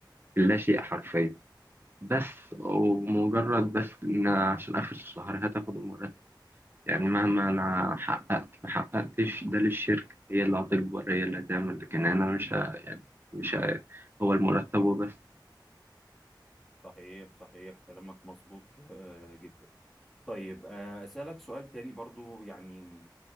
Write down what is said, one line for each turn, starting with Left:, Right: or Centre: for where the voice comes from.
Right: في لا شيء حرفيا بس ومجرد بس ان أنا عشان اخر الشهر هتاخد المرتب يعني مهما انا حققت ما حققتش ده للشركه هي اللي هتكبر هي اللي هتعمل لكن انا مش ه... يعني مش ه... هو المرتب وبس
Centre: صحيح صحيح كلامك مظبوط آه، جدا طيب آه، أسألك سؤال تاني برضو يعني